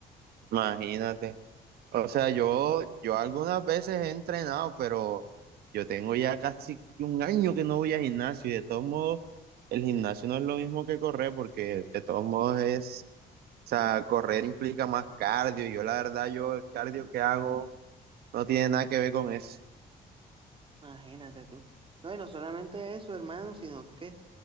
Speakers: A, on the right (about 85°); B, on the right (about 35°).
A: Imagínate. O sea, yo, yo algunas veces he entrenado, pero yo tengo ya casi que un año que no voy al gimnasio y de todos modos, el gimnasio no es lo mismo que correr porque de todos modos es, o sea, correr implica más cardio. y Yo la verdad, yo el cardio que hago no tiene nada que ver con eso.
B: Imagínate tú. No, y no solamente eso, hermano, sino que